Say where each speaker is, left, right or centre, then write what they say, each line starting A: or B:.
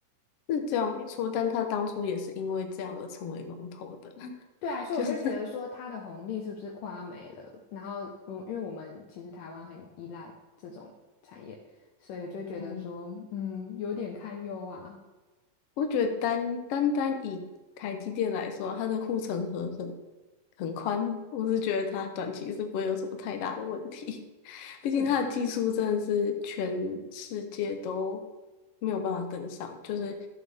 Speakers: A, on the left; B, on the left.
A: 是这样没错，但他当初也是因为这样而成为龙头的，<laughs>
B: 对啊，所以我就觉得说他的红利是不是快要没了？
A: 就是
B: 然后，嗯，因为我们其实台湾很依赖这种产业，所以就觉得说，
A: 嗯，
B: 嗯，有点堪忧啊。
A: 我觉得单单单以台积电来说啊它的护城河很很宽，我是觉得它短期是不会有什么太大的问题。<laughs>
B: 是啦。
A: 毕竟它的技术真的是全世界都没有办法跟上，就是